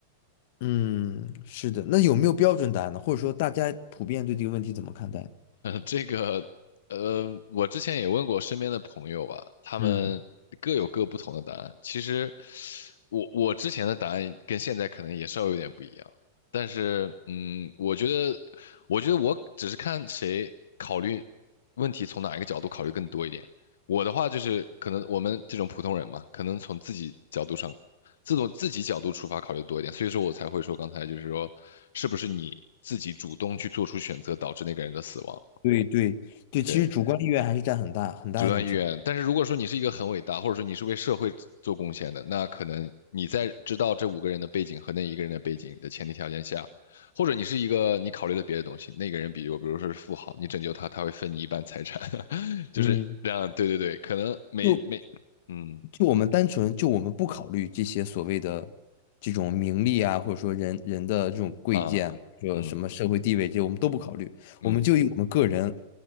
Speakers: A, on the left (about 60°); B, on the left (about 80°).
A: 嗯，是的。那有没有标准答案呢？或者说大家普遍对这个问题怎么看待？
B: 这个，呃，我之前也问过身边的朋友吧，他们各有各不同的答案。
A: 嗯，
B: 其实我，我之前的答案跟现在可能也稍微有点不一样，但是，嗯，我觉得，我觉得我只是看谁考虑问题从哪一个角度考虑更多一点。我的话就是，可能我们这种普通人嘛，可能从自己角度上，自从自己角度出发考虑多一点，所以说我才会说刚才就是说，是不是你自己主动去做出选择导致那个人的死亡？
A: 对对对，
B: 对，
A: 其实主观意愿还是占很大很大一种成。
B: 主观意愿。但是如果说你是一个很伟大，或者说你是为社会做贡献的，那可能你在知道这五个人的背景和那一个人的背景的前提条件下，或者你是一个你考虑了别的东西，那个人比如比如说是富豪，你拯救他，他会分你一半财产，<laughs> 就是这样。
A: 嗯。
B: 对对对，可能没没，
A: 就
B: 嗯
A: 就我们单纯就我们不考虑这些所谓的这种名利啊，或者说人人的这种贵贱，
B: 啊，
A: 说什么社会地位，
B: 嗯
A: 这些我们都不考虑，
B: 嗯
A: 我们就以我们个人